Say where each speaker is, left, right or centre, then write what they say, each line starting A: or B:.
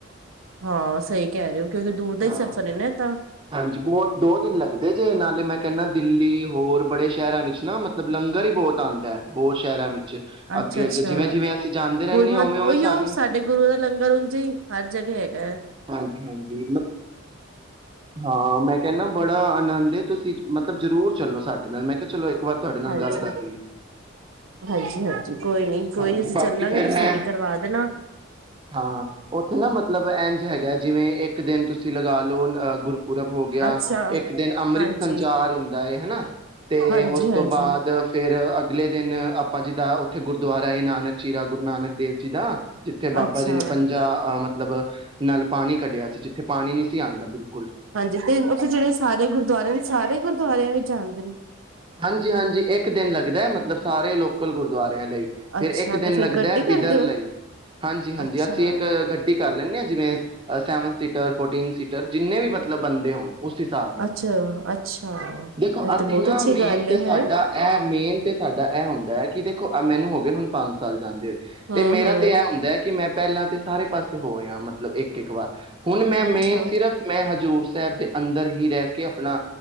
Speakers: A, on the right (about 75°); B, on the right (about 25°).
A: ਹਾਂ ਸਹੀ‌। ਕੈ ਰੇ ਹੋ ਕਿਓਕਿ ਦੂਰ ਦਾ
B: ਹਾਂ
A: ਈ ਸਫ਼ਰ ਏ ਨਾ ਐਤਾਂ।
B: ਹਾਂਜੀ ਬੌਤ ਦੋ ਦਿਨ ਲੱਗਦੇ ਜੇ ਨਾਲੇ ਮੈਂ ਕੈੰਣਾ ਦਿੱਲੀ ਹੋਰ ਬੜੇ ਸੈ਼ਰਾਂ ਵਿੱਚ ਨਾ ਮਤਲਬ ਲੰਗਰ ਈ ਬੌਤ ਆਂਦੈ, ਬੌਤ ਸੈ਼ਰਾਂ ਵਿੱਚ।
A: ਅੱਛਾ
B: ਅੱਗੇ
A: ਅੱਛਾ
B: ਅੱਗੇ ਜਿਵੇਂ ਜਿਵੇਂ ਅਸੀਂ ਜਾਂਦੇ ਰਹਿੰਦੇ
A: ਹੁਣ
B: ਹਾਂ
A: ਮਤ
B: ਉਵੇਂ ਉਵੇਂ
A: ਔਈਔ
B: ਸਾਨੂੰ
A: ਸਾਡੇ ਗੁਰੂ ਦਾ ਲੰਗਰ ਉੰਝੇ ਈ ਹਰ ਜਗ੍ਹਾ ਹੈਗੈ।
B: ਹਾਂਜੀ ਹਾਂਜੀ, ਮਤ ਹਾਂ ਮੈਂ ਕੈਣਾ ਬੜਾ ਆਨੰਦ ਏ ਤੁਸੀਂ ਮਤਲਬ ਜਰੂਰ ਚੱਲੋ। ਸਾਡੇ ਨਾਲ ਮੈਂ ਕਿਆ ਚਲੋ ਇੱਕ ਵਾਰ ਤੁਹਾਡੇ ਨਾਲ
A: ਹਾਂਜੀ।
B: ਗੱਲ ਕਰ ਲੀਏ,
A: ਹਾਂਜੀ-ਹਾਂਜੀ ਕੋਈ ਨੀ ਕੋਈ
B: ਹਾਂਜੀ
A: ਨੀ ਅਸੀਂ
B: ਬਾਕੀ
A: ਚੱਲਾਂਗੇ
B: ਫਿਰ
A: ਤੁਸੀਂ
B: ਮੈਂ
A: ਸਾਡੀ ਕਰਵਾ ਦੇਣਾ
B: ਹਾਂ ਓਥ ਓਥੇ ਨਾ ਮਥ ਮਤਲਬ ਐਂਝ ਹੈਗੈ ਜਿਵੇਂ ਇੱਕ ਦਿਨ ਤੁਸੀਂ ਲਗਾ ਲੋ ਅਹ ਗੁਰਪੁਰਬ ਹੋ ਗਿਆ
A: ਅੱਛਾ।
B: ਇੱਕ ਦਿਨ ਅੰਮ੍ਰਿਤ
A: ਹਾਂਜੀ,
B: ਸੰਚਾਰ ਹੁੰਦਾ ਏ ਹਨਾ ਤੇ
A: ਹਾਂਜੀ-ਹਾਂਜੀ
B: ਉਸ ਤੋਂ ਬਾਅਦ ਫੇਰ ਅਗ ਅਗਲੇ ਦਿਨ ਆਪਾਂ ਜੀਦਾ ਔਥੇ ਗੁਰਦੁਆਰਾ ਏ ਨਾਨਕ ਝੀਰਾ ਗੁਰੂ ਨਾਨਕ ਦੇਵ ਜੀ ਦਾ। ਜਿੱਥੇ ਬਾਬਾ
A: ਅੱਛਾ
B: ਜੀ ਨੇ ਪੰਜਾ ਅ ਮ ਮਤਲਬ ਨਾਲ ਪਾਣੀ ਕੱਢਿਆ ਸੀ ਜਿੱਥੇ ਪਾਣੀ ਨਹੀਂ ਸੀ ਆਂਦਾ ਬਿਲਕ
A: ਹਾਂਜੀ ਤੇ ਔਥੇ ਜੇੜੇ ਸਾਰੇ ਗੁਰਦੁਆਰੇ ਨੇ ਸਾਰੇ ਗੁਰ ਗੁਰਦੁਆਰਿਆਂ ਵੀ ਜਾਂਦੇ ਨੇ।
B: ਹਾਂਜੀ ਹਾਂਜੀ, ਏਕ ਦਿਨ ਲੱਗਦੈ ਮਤਲਬ ਸਾਰੇ ਲੋਕਲ ਗੁਰਦੁਆਰ ਰੀਆਂ ਲਈ, ਫਿਰ
A: ਅੱਛਾ
B: ਏਕ ਦਿਨ
A: ਤੇ ਫੇਰ
B: ਲੱਗਦੈ
A: ਗੱਡੀ
B: ਬਿਦਰ
A: ਕਰਦੇ
B: ਲਈ।
A: ਹੋ
B: ਹਾਂਜੀ ਹਾਂਜੀ,
A: ਅੱਛਾ
B: ਅਸੀਂ ਇੱਕ ਗੱਡੀ ਕਰ ਲੈਂਣੇ ਆਂ। ਜਿਵੇਂ ਸੈਵਨ ਸੀਟਰ ਫੋਰਟੀਨ ਸੀਟਰ ਜਿੰਨੇ ਵੀ ਮਲ ਤਲਬ ਬੰਦੇ ਹੋਣ ਉਸ ਹਿਸਾਬ ਨਾਲ,
A: ਅੱਛਾ ਅੱਛਾ
B: ਦੇਖੋ
A: ਇਹ
B: ਅਸੀਂ
A: ਤੇ ਬਹੁਤ
B: ਨਾ
A: ਅੱਛੀ ਗੱਲ
B: ਮੇਨ ਤੇ ਸਾਡਾ
A: ਹੈ
B: ਇਹ ਮੇਨ ਤੇ ਸਾਡਾ ਇਹ ਹੁੰਦਾ ਹੈ ਕਿ ਦੇਖੋ ਮੈਨੂੰ ਦੇ ਹੁਣ ਪੰਜ ਹਰ ਸਾਲ ਜਾਂਦੇ ਹੋ
A: ਹਮ
B: ਤੇ ਮੇਰਾ
A: ਹਮ
B: ਤੇ ਇਹ ਹੁੰਦਾ ਹੈ ਕਿ ਮੈਂ ਪਹਿਲਾਂ ਤਾਂ ਸਾਰੇ ਪਾਸੇ ਹੋਏ ਆ ਮਤਲਬ ਇੱਕ, ਇੱਕ ਵਾਰ। ਹੁਣ ਮੈਂ ਮੇਨ
A: ਅੱਛਾ
B: ਸਿਰਫ ਮੈਂ ਹਜ਼ੂਰ ਸਾਹਿਬ ਦੇ ਅੰਦਰ ਹੀ ਰਹਿ ਕੇ ਆਪਣਾ